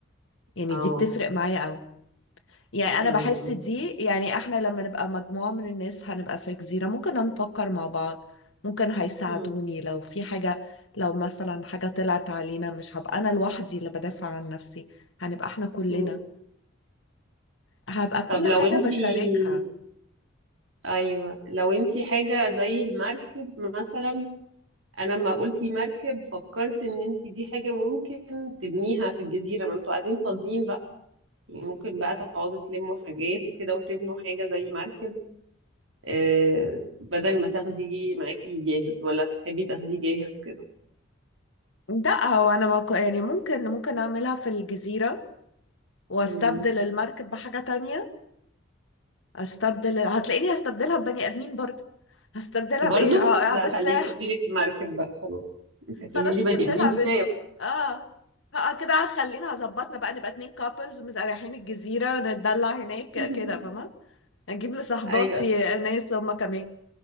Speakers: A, on the left; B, on the right.
A: يعني
B: اه
A: دي بتفرق معايا قوي يعني انا
B: مم.
A: بحس
B: مم.
A: دي يعني احنا لما نبقى مجموعه من الناس هنبقى في جزيره ممكن نفكر مع بعض ممكن هيساعدوني
B: مم.
A: لو في حاجه لو مثلا حاجه طلعت علينا مش هبقى انا لوحدي اللي بدافع عن نفسي هنبقى احنا كلنا
B: مم.
A: هبقى كل
B: طب لو
A: حاجة
B: انتي
A: بشاركها
B: ايوه لو انتي حاجه زي المركب مثلا انا لما قلتي مركب فكرت ان انتي دي حاجه ممكن تبنيها في الجزيره ما انتوا قاعدين فاضيين بقى ممكن بقى تقعدوا تلموا حاجات وكده وتبنوا حاجة زي مركب آه، بدل ما تاخديه معاكي جاهز ولا تحبي تاخديه جاهز كده
A: لا هو انا ما ك- يعني ممكن ممكن اعملها في الجزيرة واستبدل
B: مم.
A: المركب بحاجة تانية استبدل هتلاقيني هستبدلها ببني ادمين برضه هستبدلها
B: برضو
A: بايه اه
B: لا
A: آه، بسلاح
B: خليك خدي لك المركب بقى خلاص مش هتجيبي
A: خلاص
B: لي
A: استبدلها
B: بني آدمين
A: بس
B: كفاية بقى
A: اه اه كده خلينا هظبطنا بقى نبقى اتنين كابلز رايحين الجزيرة نتدلع هناك
B: <laughs>
A: كده فاهمة نجيب لصاحباتي
B: ايوه
A: ناس هما كمان